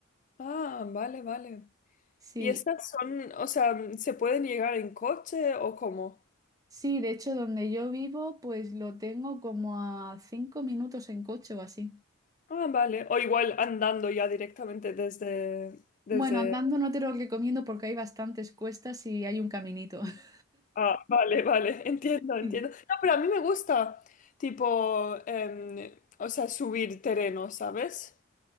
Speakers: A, on the left; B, on the right.
A: Ah, vale, vale.
B: Sí.
A: ¿Y estas son, o sea, se pueden llegar en coche o cómo?
B: Sí, de hecho, donde yo vivo, pues lo tengo como a cinco minutos en coche o así.
A: Ah, vale. O igual andando ya directamente desde, desde...
B: Bueno, andando no te lo recomiendo porque hay bastantes cuestas y hay un caminito. <laughs>
A: Ah, vale, vale, <laughs> entiendo, entiendo.
B: Sí.
A: No, pero a mí me gusta, tipo, em, o sea, subir terreno, ¿sabes?